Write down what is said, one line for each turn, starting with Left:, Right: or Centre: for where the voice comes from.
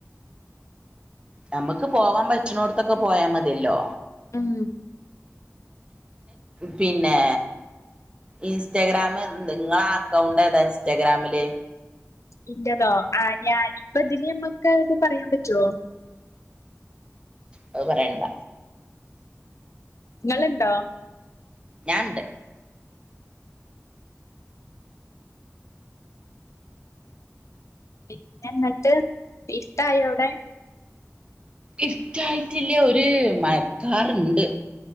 Right: നമ്ക്ക് പോവാൻ പറ്റ്ണോട്ത്തൊക്കെ പോയാ മതിയല്ലോ.
Left: ഉം
Right: പിന്നെ ഇൻസ്റ്റാഗ്രാമ് നിങ്ങളെ അക്കൗണ്ട് ഏതാ ഇൻസ്റ്റാഗ്രാമില്
Left: ഇന്റതോ ആഹ് ഞാൻ ഇപ്പ ഇതില്മ്മക് ക്കെ ഇത് പറയാൻ പറ്റുവോ
Right: അത് പറയണ്ട
Left: നിങ്ങളുണ്ടോ
Right: ഞാന്ണ്ട്
Left: പിന്നെ എന്നിട്ട് ഇഷ്ട്ടായോ അവിടെ
Right: ഇഷ്ടായിട്ടില്ലേ ഒരു മഴക്കാറുണ്ട്